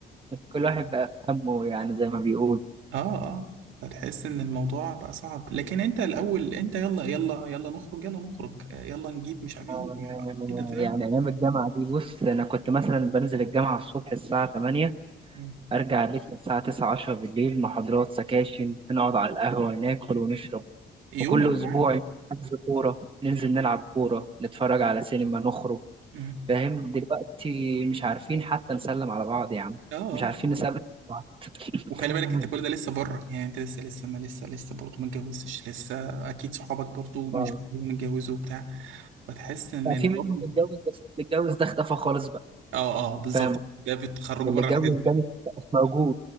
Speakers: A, on the right; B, on the right.
A: كل واحد بقى في همه يعني زي ما بيقول
B: اه اه فتحس ان الموضوع بقى صعب لكن انت الاول انت يلا يلا يلا نخرج يلا نخرج آه، يلا نجيب مش عارف يلا
A: آه،
B: مش عارف كده فاهم
A: يعني ايام الجامعه دي بص انا كنت مثلا بنزل الجامعه الصبح الساعه 8
B: مم.
A: ارجع البيت الساعه 9 10 بالليل محاضرات سكاشن نقعد على القهوه ناكل ونشرب
B: يومك
A: وكل اسبوع
B: معاه
A: حجز كوره ننزل نلعب كوره نتفرج على سينما نخرج
B: مم.
A: فاهم دلوقتي مش عارفين حتى نسلم على بعض يا عم
B: اه اه
A: مش عارفين نسلم على بعض <laughs>
B: وخلي بالك انت كل ده لسه بره يعني انت لسه لسه ما لسه لسه برضه ما اتجوزتش لسه اكيد صحابك برضه مش
A: اه
B: كلهم اتجوزوا وبتاع فتحس ان
A: لا، في منهم
B: برضه
A: اتجوز بس اللي اتجوز ده اختفى خالص بقى
B: اه اه بالظبط
A: فاهم
B: ده بتخرجوا
A: يعني اللي
B: بره
A: اتجوز
B: الحزب
A: ده مش مش موجود